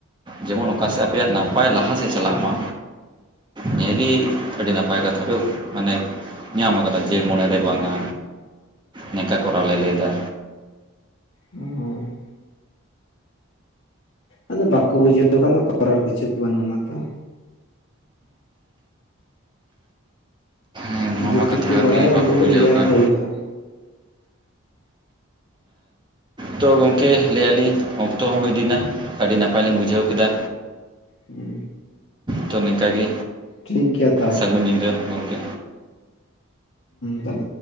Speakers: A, on the right; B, on the left.
A: ᱡᱮᱢᱚᱱ ᱚᱠᱟᱥᱮ ᱟᱯᱮᱭᱟᱜ ᱱᱟᱯᱟᱭ ᱞᱟᱦᱟ ᱥᱮᱫ ᱪᱟᱞᱟ ᱢᱟ ᱱᱤᱭᱟᱹ ᱜᱮ ᱟᱹᱰᱤ ᱱᱟᱯᱟᱭ ᱠᱟᱛᱷᱟ ᱯᱮ ᱢᱟᱱᱮ ᱧᱟᱢ ᱠᱟᱫᱟ ᱡᱮ ᱢᱚᱱᱮᱨᱮ ᱵᱟᱝᱟ ᱱᱤᱝᱠᱟ ᱠᱚᱨᱟᱣ ᱞᱮ ᱞᱟᱹᱭᱫᱟ
B: ᱦᱩᱸ ᱟᱫᱚ ᱵᱟᱠᱚ ᱵᱩᱡᱷᱟᱹᱣ ᱠᱷᱟᱱ ᱫᱚ ᱠᱚᱨᱟᱨ ᱠᱤᱪᱷᱩ ᱵᱟᱹᱱᱩᱜ ᱟᱱᱟ ᱛᱚ
A: ᱦᱮᱸ ᱱᱚᱣᱟ
B: ᱡᱮᱴᱩᱠᱩ
A: ᱢᱟ ᱠᱟᱛᱷᱟ ᱠᱟᱱ
B: ᱵᱟᱲᱟᱭᱟ
A: ᱜᱮ ᱵᱟᱠᱚ
B: ᱩᱱᱴᱩᱠᱩ
A: ᱵᱩᱡᱷᱟᱹᱣ
B: ᱞᱟᱹᱭᱟ
A: ᱠᱟᱱ
B: ᱠᱚ ᱦᱩᱭᱩᱜᱼᱟ
A: ᱛᱚᱦ ᱜᱚᱢᱠᱮ ᱞᱟᱹᱭᱟ ᱞᱤᱧ ᱚᱠᱛᱚ ᱦᱚᱸ ᱦᱩᱭ ᱤᱫᱤᱭ ᱱᱟ ᱟᱹᱰᱤ ᱱᱟᱯᱟᱭ ᱞᱤᱧ ᱵᱩᱡᱷᱟᱹᱣ ᱠᱮᱫᱟ
B: ᱦᱩᱸ
A: ᱛᱚ ᱱᱤᱝᱠᱟ ᱜᱮ
B: ᱴᱷᱤᱠ ᱜᱮᱭᱟ ᱛᱟᱦᱚᱞᱮ
A: ᱥᱟᱹᱜᱩᱱ ᱧᱤᱫᱟᱹ ᱜᱚᱝᱠᱮ
B: ᱦᱩ. ᱼᱼ